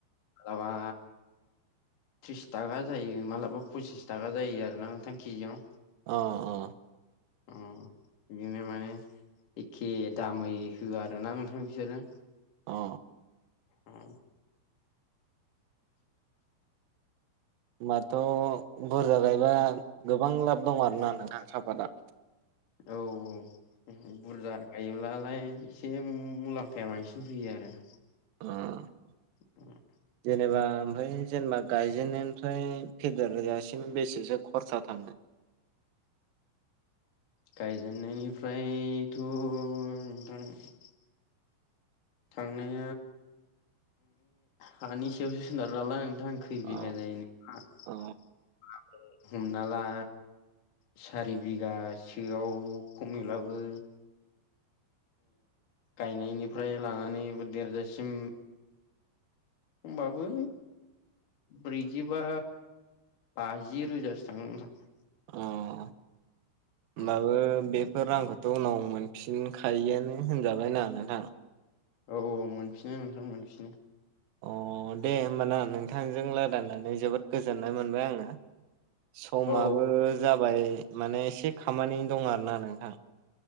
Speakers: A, on the left (about 45°); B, on the right (about 75°).
A: लाबा थ्रिस थाखा जायो मालाबा पसिस थाखा जायो आरोना नोंथां केजियाव
B: अ अ
A: अ बिदिनो माने एखे दामै होआ आरोना नोंथां बिसोरजों।
B: अ।
A: <unintelligible>
B: होनोमबाथ' बुरजा गायबा गोबां लाब दं आरोना नोंथां साफातआ।
A: औ औ बुरजा गायोब्लालाय एसे मुलाम्फाया बांसिन फैयो आरो।
B: <unintelligible>
A: <unintelligible>
B: जेनेबा ओमफ्राय जेनेबा गायजेननायनिफ्राय फेदेरजासिम बेसेसो खरसा थाङो?
A: गायजेननायनिफ्रायथ' नोंथां। थांनो हानि सायावसो सोनारनाला नोंथां खै बिगा
B: अ
A: जायो। <unintelligible>
B: अ औ
A: हमना ला सारि बिगासोआव खमैब्लाबो गायनायनिफ्राय लानानै देरजासिम एखमबाबो ब्रैजिबा बाजि रोजासो थांनो थां
B: अ होनोमब्लाबो
A: नोंथां
B: बे बेफोर रांखौथ' उनाव मोनफिनखायोआानो होनजाबायनाङा नोंथां।
A: औ औ मोनफिनो नोंथां मोनफिनो।
B: अ दे होमबाना नोंथांजों रायदनानै जोबोद गोजोननाय मोनबाय आङो समाबो
A: औ
B: जाबाय माने एसे खामानि दं आरो ना नोंथां।